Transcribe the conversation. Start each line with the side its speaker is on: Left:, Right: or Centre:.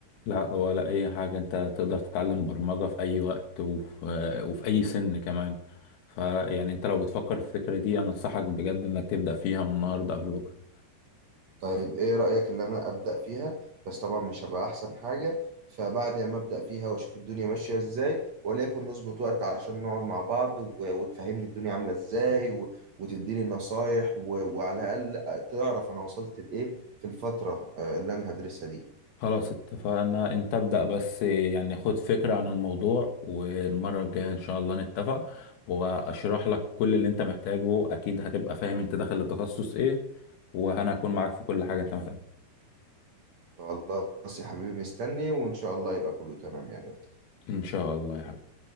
Left: لا ولا أي حاجة أنت تقدر تتعلم برمجة في أي وقت وفي, وفي أي سن كمان فيعني أنت لو بتفكر في الفكرة دي أنا أنصحك بجد إنك تبدأ فيها من النهاردة قبل بكرة
Right: طيب ايه رأيك اللي انا ابدأ فيها بس طبعا مش هبقى احسن حاجة فبعد ما ابدأ فيها واشوف الدنيا ماشية ازاي وليكن نظبط وقت عشان نقعد مع بعض و- وتفهمني الدنيا عاملة ازاي و- وتديني نصايح و- وعلى الاقل تعرف انا وصلت لايه في الفترة آه، اللي انا هدرسها دي
Left: خلاص اتفقنا أنت ابدأ بس يعني خد فكرة عن الموضوع والمرة الجاية إن شاء الله نتفق وأشرح لك كل اللي أنت محتاجه أكيد هتبقى فاهم أنت داخل التخصص إيه وأنا هكون معاك في كل حاجة أنت محتاجها
Right: خلاص يا حبيبي مستني وان شاء الله يبقى كله تمام يعني وقتها
Left: إن شاء الله يا حبيبي